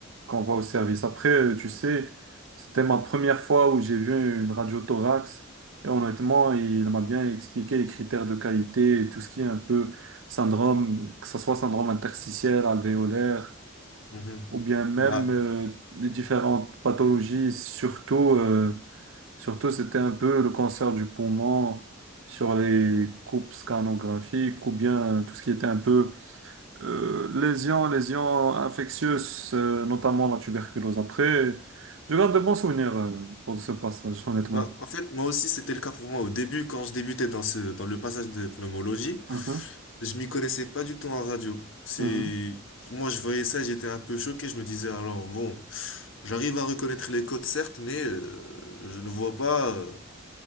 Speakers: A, on the right; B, on the left.
A: qu'on voit au service. Après, euh, tu sais, c'était ma première fois où j'ai vu une radio thorax et honnêtement, il m'a bien expliqué les critères de qualité et tout ce qui est un peu syndrome, que ce soit syndrome interstitiel, alvéolaire
B: Mhm.
A: ou bien même
B: Bah,
A: euh, les différentes pathologies, surtout. euh, Surtout, c'était un peu le cancer du poumon sur les
B: mm.
A: coupes scanographiques ou bien tout ce qui était un peu euh, lésions, lésions infectieuses, euh, notamment la tuberculose. Après, je garde de bons souvenirs euh, pour ce passage, honnêtement.
B: bah, en fait, moi aussi, c'était le cas pour moi au début, quand je débutais dans ce, dans le passage de pneumologie,
A: Mhm,
B: je m'y connaissais pas du tout en radio. C'est,
A: mhm,
B: pour moi, je voyais ça, j'étais un peu choqué. Je me disais, alors, bon, j'arrive à reconnaître les codes, certes, mais euh, je ne vois pas. euh,